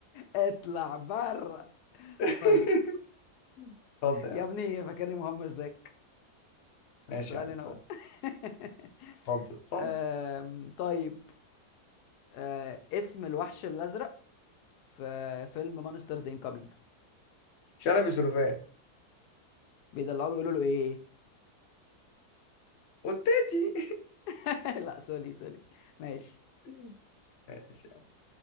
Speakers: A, on the left; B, on the left.
A: اطلع بره
B: <laughs>
A: طيب
B: اتفضل يا
A: يا
B: عم
A: ابني فاكرني مهمش زيك
B: ماشي
A: السؤال
B: يا عم
A: هنا
B: اتفضل
A: بقى <laughs>
B: اتفضل اتفضل
A: أم، طيب أه، اسم الوحش الازرق في فيلم مانسترز انكامينج
B: شلبي سلوفان
A: بيدلعوه بيقولوا له ايه
B: وتاتي
A: <laughs> لا سوري سوري ماشي
B: <laughs> ماشي يا عم.